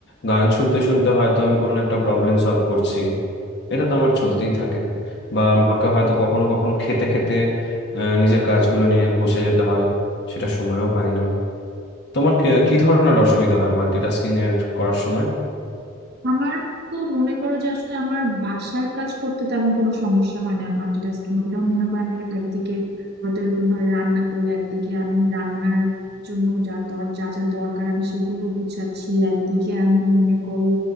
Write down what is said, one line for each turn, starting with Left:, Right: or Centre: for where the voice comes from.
Left: গান শুনতে শুনতে হয়তো আমি কোনো একটা প্রবলেম সলভ করছি এটা তো আমার চলতেই থাকে বা আমাকে হয়তো কখনো কখনো খেতে খেতে আহ, নিজের কাজগুলো নিয়ে বসে যেতে হয় সেটা সময়ও পাই না তোমার কি কি ধরনের অসুবিধা হয় মাল্টিটাস্কিং এর করার সময়
Right: আমার তো মনে করো যে আসলে আমার বাসার কাজ করতে তেমন কোনো সমস্যা হয় না মাল্টিটাস্কিং করতে যেমন মনে করো আমি একদিকে হয়তো এরকম হয় রান্না করি একদিকে আমি রান্নার জন্য যা দর যা যা দরকার আমি সেগুলো গুছাচ্ছি একদিকে আমি মনে করো